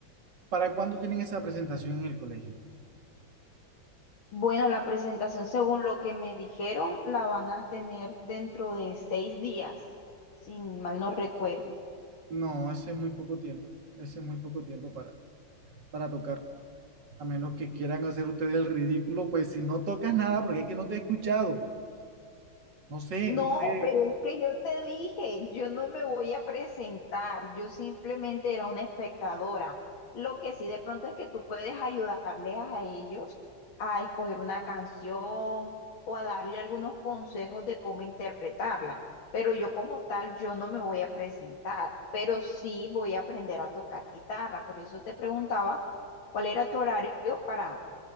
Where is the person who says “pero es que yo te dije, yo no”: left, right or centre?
Left